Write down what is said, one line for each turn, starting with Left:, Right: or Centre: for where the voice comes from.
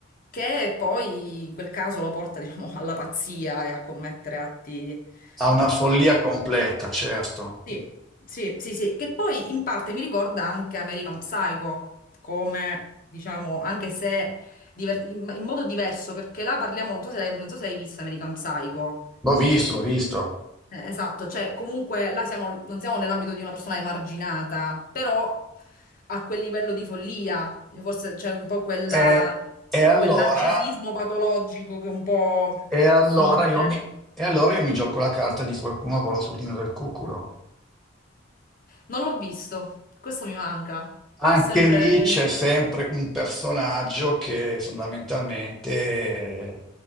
Left: Che poi in quel caso lo porta, diciamo, alla pazzia e a commettere atti
Centre: Ha una
Left: eh,
Centre: follia completa, certo.
Left: sì, sì, sì, sì, che poi in parte mi ricorda anche American Psycho, come diciamo, anche se diver- in, in modo diverso, perché là parliamo, non so se l'hai non so se l'hai visto American Psycho.
Centre: L'ho visto, l'ho visto.
Left: Eh, esatto, cioè comunque là siamo, non siamo nell'ambito di una persona emarginata, però a quel livello di follia, forse c'è un po' quella,
Centre: E, e allora,
Left: quel narcisismo patologico che un po'
Centre: e, allora
Left: affligge.
Centre: io mi, e allora io mi gioco la carta di qualcuno con la sudina del cuculo.
Left: Non l'ho visto, questo mi manca.
Centre: Anche
Left: Ho sempre...
Centre: lì c'è sempre un personaggio che fondamentalmente